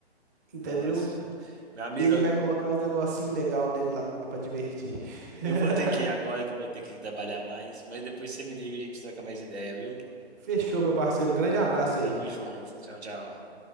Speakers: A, on the right (about 15°); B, on the right (about 75°).
A: entendeu?
B: Nossa. Meu amigo.
A: E ele vai colocar os negocinhos legal dele lá pra divertir. <laughs>
B: Eu vou ter que ir agora que eu vou ter que trabalhar mais, mas depois você me liga e a gente troca mais ideia, viu?
A: Fechou, meu parceiro. Grande abraço
B: Eh, Tamo
A: aí.
B: junto. Tchau, tchau.